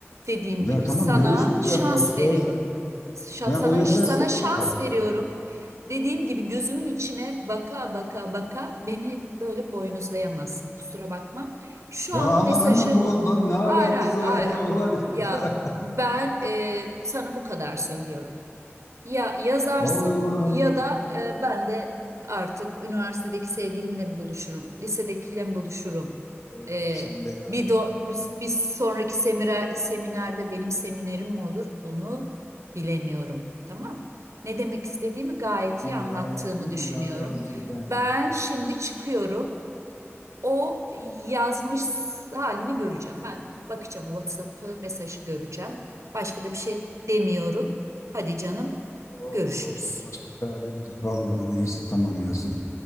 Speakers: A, on the right; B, on the left.
A: Dediğim
B: Ya
A: gibi
B: tamam
A: sana
B: görüşmeyeceğim
A: şans
B: bak söz.
A: veriyorum. Şa-
B: Ya
A: sana
B: o yazarsa
A: sana şans
B: bak.
A: veriyorum. Dediğim gibi gözümün içine baka baka baka beni böyle boynuzlayamazsın. Kusura bakma. Şu
B: Ya
A: an o mesajı
B: lan hemen bu lan ne alakası
A: hayır hayır hayır.
B: var ya
A: hayır.
B: ulan <laughs>
A: Ya
B: ya.
A: ben e, sana bu kadar söylüyorum. Ya yazarsın
B: Allah'ım
A: ya
B: ya.
A: da e, ben de artık üniversitedeki sevgilimle mi buluşurum, lisedekiyle mi buluşurum?
B: Ya,
A: E,
B: Sen de ya
A: bir, do, bir bir sonraki semire, seminerde benim seminerim mi olur? Onu bilemiyorum. Tamam. Ne demek istediğimi gayet
B: illa
A: iyi anlattığımı
B: ya illa
A: düşünüyorum.
B: yazdıracaksın
A: Ben
B: yani.
A: şimdi çıkıyorum. O yazmış halini göreceğim. Ben bakacağım o WhatsApp'ı, mesajı göreceğim. Başka da bir şey demiyorum. Hadi canım,
B: Of,
A: görüşürüz.
B: of, başka çaremiz kalmadı. Neyse tamam yazayım.